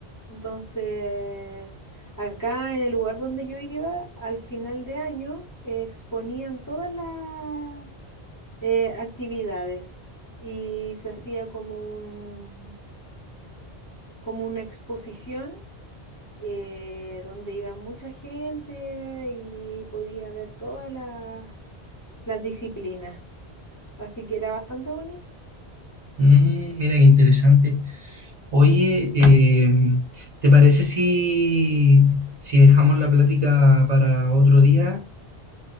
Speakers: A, on the left (about 20°); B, on the right (about 45°).
A: Entonces, acá en el lugar donde yo iba, al final de año eh, exponían todas las eh, actividades y se hacía como un, como una exposición eh, donde iba mucha gente y podía ver todas las, las disciplinas. Así que era bastante bonito.
B: Mm, mira qué interesante. Oye, em, ¿te parece si, si dejamos la plática para otro día?